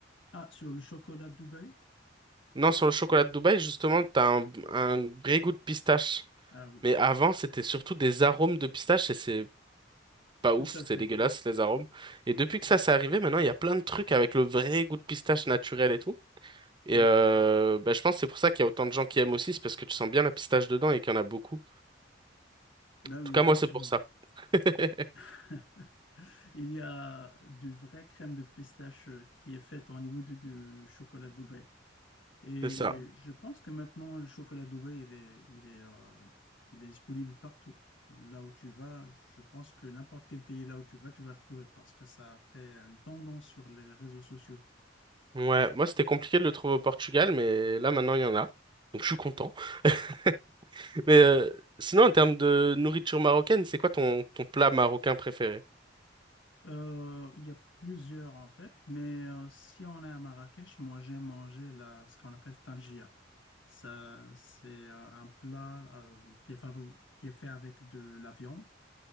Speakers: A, on the left; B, on the right.
A: ah, sur le chocolat de Dubaï?
B: Non, sur le chocolat de Dubaï, justement, t'as un, un vrai goût de pistache.
A: Ah oui,
B: Mais avant, c'était surtout des arômes de pistache et c'est pas ouf,
A: tout à
B: c'est
A: fait.
B: dégueulasse, les arômes. Et depuis que ça s'est arrivé, maintenant, il y a plein de trucs avec le vrai goût de pistache naturel et tout. Et
A: Oui,
B: euh, bah, je pense que c'est pour ça qu'il y a autant de gens qui aiment aussi, c'est parce que tu sens bien la pistache dedans et qu'il y en a beaucoup.
A: ben oui,
B: tout cas,
A: effectivement.
B: moi, c'est pour ça. <laughs>
A: <laughs> Il y a du vrai crème de pistache euh, qui est faite en imité du chocolat de Dubaï. Et
B: C'est ça.
A: je pense que maintenant, le chocolat Dubaï, il est, il est, euh, il est disponible partout. Là où tu vas, je pense que n'importe quel pays là où tu vas, tu vas le trouver parce que ça fait une tendance sur les réseaux sociaux.
B: Ouais, moi, c'était compliqué de le trouver au Portugal, mais là, maintenant, il y en a. Donc, je suis content. <laughs> Mais euh, sinon, en termes de nourriture marocaine, c'est quoi ton, ton plat marocain préféré?
A: Euh, il y a plusieurs en fait, mais euh, si on est à Marrakech, moi j'aime manger la, ce qu'on appelle tangia. Ça, c'est euh, un plat euh, qui est fabri- qui est fait avec de la viande